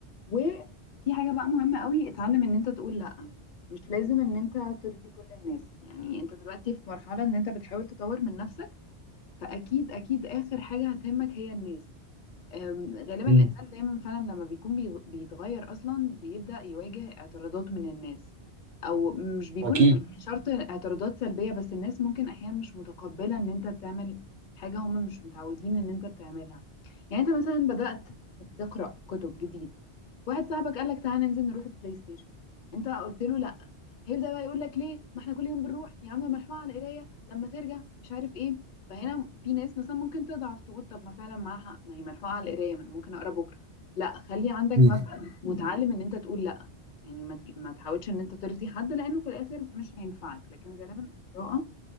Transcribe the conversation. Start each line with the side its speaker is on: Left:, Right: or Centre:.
Left: وفي حاجة بقى مهمة قوي اتعلم ان انت تقول لأ مش لازم ان انت ترضي كل الناس يعني انت دلوقتي في مرحلة ان انت بتحاول تطور من نفسك فأكيد أكيد آخر حاجة هتهمك هي الناس أم، غالبا
Right: امم
Left: الإنسان دايما فعلا لما بيكون بي- بيتغير أصلا بيبدأ يواجه اعتراضات من الناس أو مش بيكون
Right: اكيد
Left: شرط اعتراضات سلبية بس الناس ممكن أحيانا مش متقبلة إن أنت بتعمل حاجة هم مش متعودين إن أنت بتعملها يعني أنت مثلا بدأت تقرأ كتب جديد واحد صاحبك قالك تعالى ننزل نروح البلاي ستيشن أنت قلت له لأ هيبدأ بقى يقول لك ليه ما احنا كل يوم بنروح يا عم ملحوقة على القراية لما ترجع مش عارف ايه فهنا في ناس مثلا ممكن تضعف تقول طب ما فعلا معاها حق ما هي ملحوقه على القرايه ما انا ممكن اقرا بكره لا خلي عندك
Right: أمم.
Left: مبدأ وتعلم ان انت تقول لا يعني ما تج- ما تحاولش ان انت ترضي حد لانه في الاخر مش هينفعك لكن غالبا القراءه